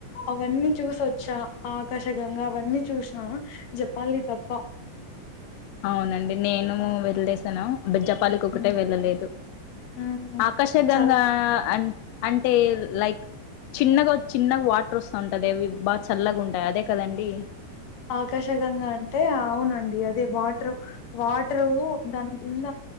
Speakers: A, on the left; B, on the left.
A: అవన్నీ చూసొచ్చా ఆకాశా గంగా అవన్నీ చూసిన జేపాలి. తప్ప
B: అవునండి. నేను వెల్లేసాను. అంటే జపాలికి ఒకటే
A: హ్మ్.
B: వెళ్ళలేదు.
A: హ్మ్
B: ఆకాశగంగా
A: చాలా
B: అ అంటే లైక్ చిన్నగా చిన్నగా వాటర్ వస్తా ఉంటాంది. అవి బాగా చల్లగా ఉంటాయి అదే కదండి.
A: ఆకాశ గంగా అంటే అవునండి అదే వాటరు వాటరు దాని కింద